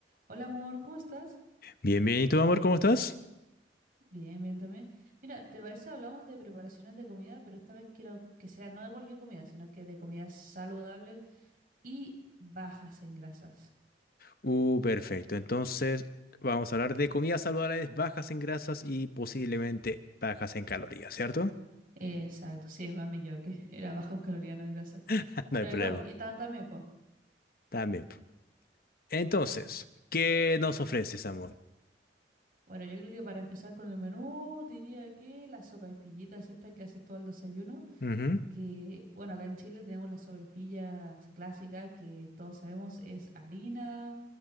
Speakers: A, on the right; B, on the left.
A: Hola amor, ¿cómo estás?
B: Bien, bien. ¿Y tú, amor, cómo estás?
A: Bien, bien también. Mira, ¿te parece hablamos de preparaciones de comida, pero esta vez quiero que sea no de cualquier comida, sino que de comida saludable y bajas en grasas?
B: Uh, perfecto. Entonces, vamos a hablar de comidas saludables, bajas en grasas y posiblemente bajas en calorías, ¿cierto?
A: Exacto, sí, mami, yo que <laughs> era bajo en calorías, no en grasa.
B: <laughs>
A: Bueno,
B: No hay problema.
A: igual, y tan también, po.
B: También. po. Entonces,
A: Exacto.
B: ¿qué nos ofreces, amor?
A: Bueno, yo creo que para empezar con el menú, diría que las sopaipillitas estas que haces tú al desayuno.
B: Ujú.
A: que, bueno, acá en Chile tenemos las sopaipillas clásicas que todos sabemos es harina,